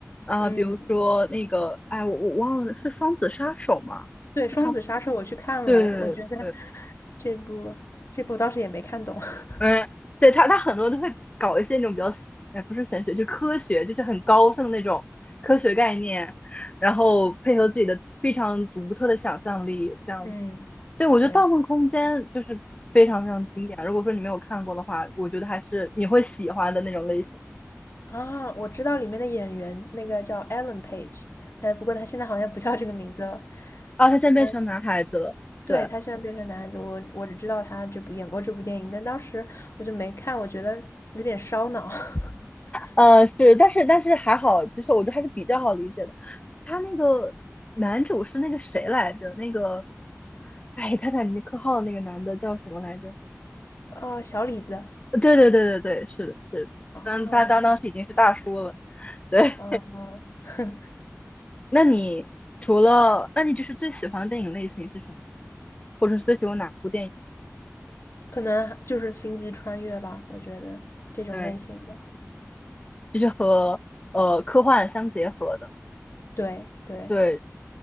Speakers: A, on the left; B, on the left.
A: 啊、
B: 嗯。
A: 比如说那个哎我我忘了是《双子杀手》吗？
B: 对，《双子杀手》我去看了，
A: 是他对
B: 我觉得
A: 对对
B: 这部这部当时也没看懂。<laughs>
A: 嗯，对他，他很多都会搞一些那种比较，哎，不是玄学，就科学，就是很高深的那种科学概念，然后配合自己的非常独特的想象力，这样子。
B: 嗯，
A: 对，我觉得《盗梦空间》就是非常非常经典。
B: 对
A: 如果说你没有看过的话，我觉得还是你会喜欢的那种类型。
B: 啊，我知道里面的演员，那个叫 Ellen Page，但不过他现在好像不叫这个名字了。
A: 啊，他现在变成男孩子了。
B: 他对他现在变成男孩子，
A: 对。
B: 我我只知道他这部演过这部电影，但当时我就没看，我觉得有点烧脑。<laughs>
A: 呃，是，但是但是还好，就是我觉得还是比较好理解的。他那个男主是那个谁来着？那个，哎，泰坦尼克号的那个男的叫什么来着？
B: 哦，小李子，
A: 呃对对对对对，是的，是的，
B: 哦，
A: 嗯，他当当时已经是大叔了。对，
B: 嗯，<laughs>
A: <laughs> 那你除了，那你就是最喜欢的电影类型是什么？或者是最喜欢哪部电影？
B: 可能就是星际穿越吧，我觉得这种类型的。
A: 对，就是和呃科幻相结合的。
B: 对对，
A: 对，